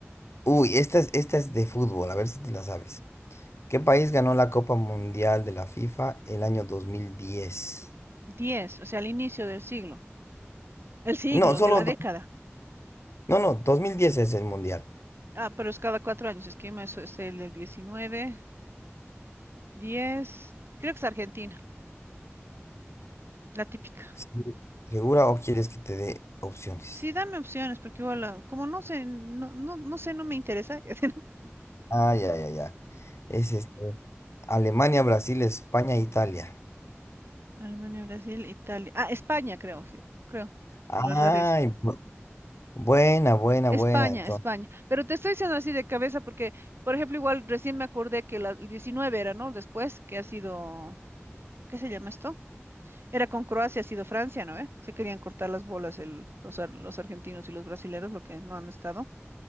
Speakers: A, on the left; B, on the right.
A: Uy, esta es, esta es de fútbol. A ver si te la sabes. ¿Qué país ganó la Copa Mundial de la FIFA el año dos mil diez?
B: diez, o sea, al inicio del siglo. El siglo,
A: No, solo,
B: de la década.
A: do- no, no, 2010 es el mundial.
B: Ah, pero es cada cuatro años. Es que eso es el del 19, 10. Creo que es Argentina, la típica.
A: Sí. ¿Segura o quieres que te dé opciones?
B: Sí, dame opciones, porque igual, ah, como no sé, no, no, no sé, no me interesa. <laughs>
A: Ah, ya, ya, ya. Es este, Alemania, Brasil, España, Italia.
B: Alemania, Brasil, Italia. Ah, España, creo, sí, creo.
A: Ay,
B: Por la rareza.
A: bu- buena, buena,
B: España,
A: buena. Entonces,
B: España. Pero te estoy diciendo así de cabeza porque, por ejemplo, igual recién me acordé que la, el 19 era, ¿no? Después, que ha sido, ¿qué se llama esto? Era con Croacia, ha sido Francia, ¿no? ¿Eh? Se querían cortar las bolas el, los, ar- los argentinos y los brasileros, lo que no han estado.